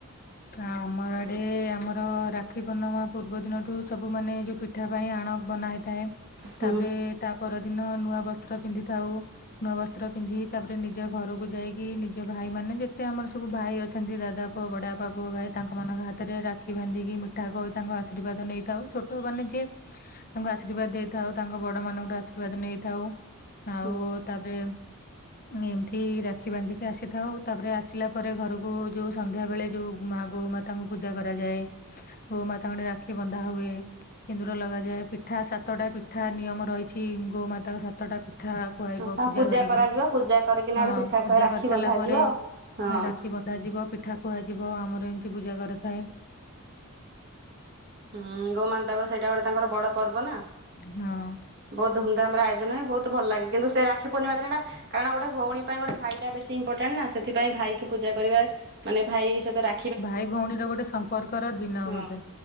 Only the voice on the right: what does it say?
ହୁଁ
ହଁ
ତା
କରାଯିବ ପୂଜା କରିକିନା
ଗୋଟେ ପିଠା
ଖୁଆ ରାକ୍ଷୀ
ବନ୍ଧାଯିବ।
ହଁ
ହୁଁ ଗୋମାନ୍ତା ଙ୍କ ସେଇଟା ଗୋଟେ ତାଙ୍କର ବଡ ପର୍ବ ନା
ବହୁ ଧୁମନ୍ଦାମ ରେ ଆୟୋଜନ ହେବ ବହୁ ଭଲ ଲାଗେ କିନ୍ତୁ ସେ ରାଖୀ ପୁର୍ଣିମା ଦିନଟା କାରଣ ଗୋଟ ଭଉଣୀ ପାଇଁ ଗୋଟ ଭଇଟା ବେଶୀ ଇମ୍ପୋଟାଣ୍ଟ ନା ସେଥିପାଇଁ ଭାଇି କି ପୂଜା କରିବା ମାନେ ଭାଇ ସହିତ ରା
ହଁ।